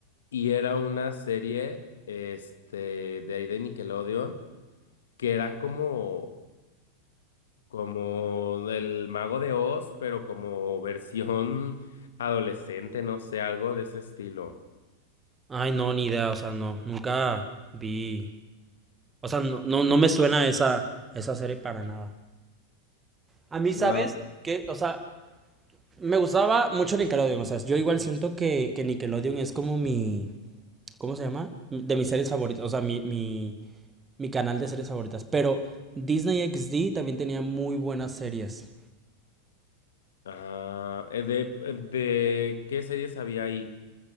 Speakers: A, on the left; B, on the right.
A: Y era una serie, este, de ahí de Nickelodeon que era como, como el Mago de Oz, pero como versión adolescente, no sé, algo de ese estilo.
B: Ay, no, ni idea, o sea, no, nunca vi. O sea, no, no, no me suena esa, esa serie para nada. A mí,
A: No.
B: ¿sabes? Que, o sea, me gustaba mucho Nickelodeon. O sea, yo igual siento que, que Nickelodeon es como mi. ¿Cómo se llama? De mis series favoritas. O sea, mi, mi, mi canal de series favoritas. Pero Disney XD también tenía muy buenas series.
A: Ah, eh, de, eh, de qué series había ahí?